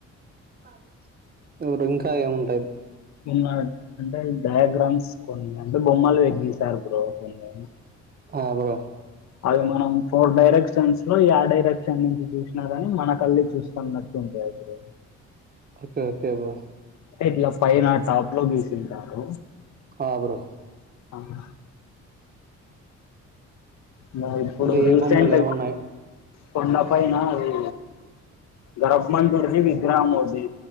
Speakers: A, on the right; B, on the left.
A: <inaudible> ఇప్పుడు ఇంకా ఏముంటాయి
B: ఉన్న అంటే డయాగ్రామ్స్ కొన్ని అంటే బొమ్మలు గీశారు బ్రో కొన్ని
A: ఆ బ్రో
B: అవి మనం ఫోర్ డైరెక్షన్స్ లో యా డైరెక్షన్ నుంచి చూసినా గానీ మనకల్లే చూస్తున్నట్టుంటాది బ్రో
A: ఓకే ఓకే బో
B: ఇట్లా పైన టాప్ లో గీసింటారు
A: ఆ బ్రో
B: అవు
A: <inaudible>
B: ఇంకా ఇప్పుడు
A: అంటే ఏ
B: రీసెంట్
A: బొమ్మలు ఏమున్నాయి
B: కొండ పైన ఆది గర్భమంతుడిది విగ్రహం అది